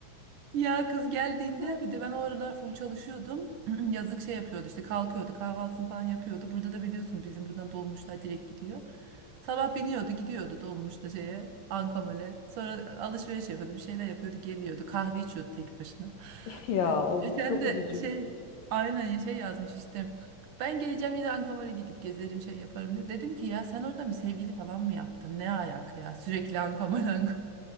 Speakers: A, on the right (about 70°); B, on the left (about 85°).
A: Ya kız geldiğinde
B: <laughs>
A: bir de ben o aralar full çalışıyordum. <clears throat> Yazık şey yapıyordu işte kalkıyordu kahvaltısını falan yapıyordu. Burada da biliyorsun bizim buradan dolmuşlar direkt gidiyor. Sabah biniyordu gidiyordu dolmuşta şeye Ankamol'e. Sonra alışveriş yapıyordu bir şeyler yapıyordu geliyordu. Kahve içiyordu tek başına. <laughs>
B: Ya
A: E,
B: of
A: Geçen
B: çok
A: de
B: üzücü.
A: şey aynen ya şey yazmış işte. Ben geleceğim yine Ankamol'e gidip gezerim şey yaparım diye. Dedim ki ya sen oradan bir sevgili falan mı yaptın? Ne ayak ya sürekli Ankamol Ankamol.